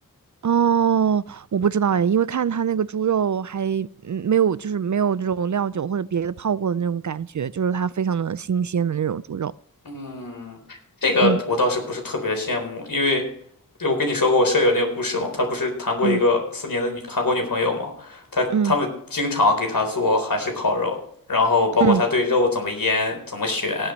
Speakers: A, on the right (about 55°); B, on the left (about 70°).
A: 哦，我不知道哎，因为看它那个猪肉还嗯没有，就是没有这种料酒或者别的泡过的那种感觉，就是它非常的新鲜的那种猪肉。
B: 嗯，这个我倒是不是特别的羡慕，
A: 嗯
B: 因为我跟你说过我舍友那个故事嘛，他不是谈过一个四年的女韩国女朋友嘛，
A: 嗯
B: 他他们经常给他做韩式烤肉，
A: 嗯
B: 然后包括他对肉怎么腌、
A: 嗯，
B: 怎么选，